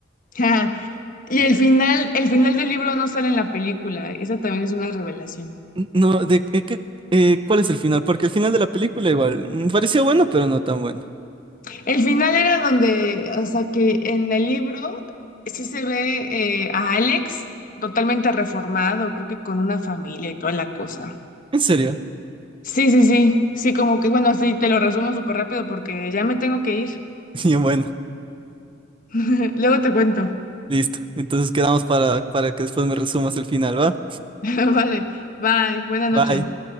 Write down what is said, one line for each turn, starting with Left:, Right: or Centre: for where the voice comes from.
Left: <laughs> Y el final, el final del libro no sale en la película, esa también es una revelación.
Right: No, de qué, qué- eh, ¿cuál es el final? Porque el final de la película igual me pareció bueno, pero no tan bueno.
Left: El final era donde, o sea, que en el libro sí se ve eh, a Alex totalmente reformado, creo que con una familia y toda la cosa.
Right: ¿En serio?
Left: Sí, sí, sí, sí, como que bueno, así te lo resumo súper rápido porque ya me tengo que ir.
Right: <laughs> Y yo, bueno,
Left: <laughs> Luego te cuento.
Right: listo. Entonces quedamos para, para que después me resumas el final, ¿va?
Left: <laughs> Vale, bye, buena noche.
Right: Bye.